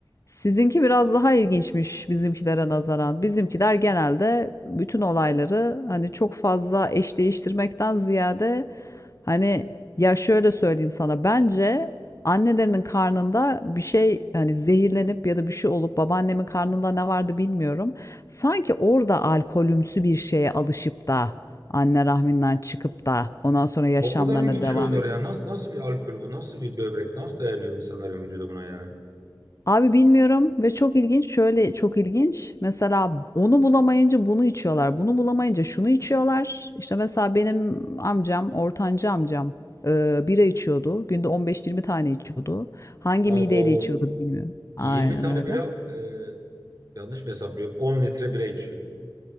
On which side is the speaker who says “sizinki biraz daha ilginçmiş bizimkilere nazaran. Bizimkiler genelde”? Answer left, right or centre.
Left